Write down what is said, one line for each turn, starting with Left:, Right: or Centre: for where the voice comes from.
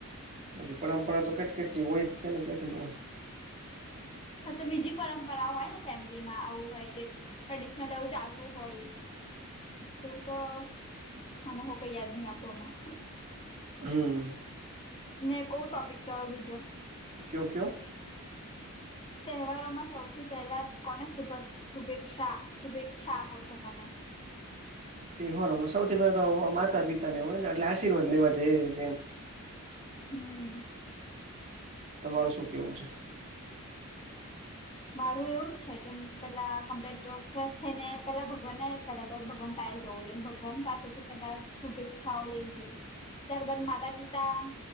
Right: બાકી પરંપરા તો કેટ કેટલી હોય તેને કયાંથી ન હોય
Left: હા તો બીજી પરંપરા હોય ને ફેમિલીમાં આવું હોય કે ટ્રેડિશનલ એવું ચાલતું હોય એવુ તો મને હો કઈ યાદ ની આવતું અમણાં
Right: હમમ.
Left: ને કો ટોપિક તો હવે બીજો
Right: કયો ક્યો.
Left: તહેવારોમાં સૌથી પહેલા કોને શુભેક શુભેકસા શુભેચ્છા આપો છો તમે?
Right: તેહેવારો માં સૌથી પેલા તો માતા પિતા ને હોય ને એટલે આશીર્વાદ લેવા જઇએ એ રીતે એમ
Left: હમ.
Right: તમાર શું કેવું છે?
Left: મારું એવું જ છે, કે પેલા કમ્પ્લીટ ફેશ થઈ ને પેલા ભગવાનને પેલા તો ભગવાન <unintelligible> જવું જોઈ ભગવાન પાસેથી પેલા શુભેચ્છાઓ લેવી જોઈએ ત્યારબાદ માતા પિતા